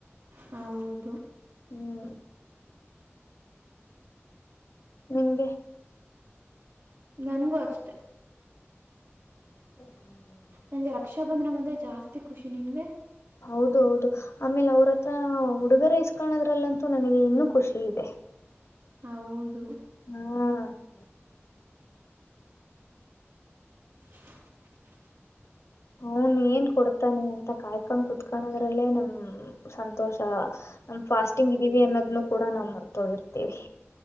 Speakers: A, on the right; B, on the left.
A: ಹೌದು
B: ಹ್ಮ್ ನಿಂಗೆ
A: ನನಗೂ ಅಷ್ಟೆ.
B: <inaudible>
A: ನಂಗೆ ರಕ್ಷಾ ಬಂಧನ ಬಂದ್ರೆ ಜಾಸ್ತಿ ಖುಷಿ ನಿನ್ಗೆ.
B: ಹೌದು ಹೌದು ಆಮೇಲೆ ಅವ್ರತ್ರ ಹುಡುಗರ ಇಸ್ಕಳದ್ರಲ್ಲಂತೂ ನನಗೆ ಇನ್ನೂ ಖುಷಿ ಇದೆ.
A: ಹೌದು
B: ಹ್ಮ
A: <inaudible>
B: ಅವನ್ ಏನ್ ಕೊಡ್ತಾನೆ ಅಂತ ಕಾಯ್ಕೊಂಡ್ ಕುೂತ್ಕದ್ರಲ್ಲೇ ನಮ್. ಸಂತೋಷ ನಮ ಫಾಸ್ಟಿಂಗ್ ಇದೀವಿ ಅನ್ನೋದ್ನ್ನು ಕೂಡ ಮರೆತು ಹೋಗಿರ್ತಿವಿ